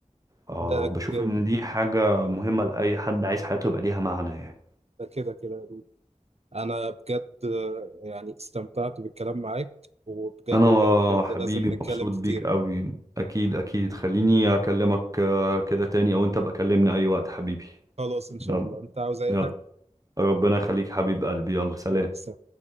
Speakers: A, on the right (about 25°); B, on the right (about 55°).
A: اه
B: ده
A: بشوف
B: كده
A: ان دي حاجة مهمة لأي حد عايز حياته يبقى ليها معنى يعني
B: ده كده كده انا بجد آه، يعني استمتعت بالكلام معاك وبجد
A: انا
B: بجد بجد
A: حبيبي
B: لازم نتكلم
A: مبسوط
B: كتير
A: بيك قوي اكيد اكيد خليني اكلمك آه، كده تاني او انت بقى كلمني اي وقت حبيبي
B: خلاص ان شاء
A: يلا
B: الله انت عاوز اي
A: يلا
B: حاجه
A: ربنا يخليك حبيب قلبي يلا سلام
B: يلا سلام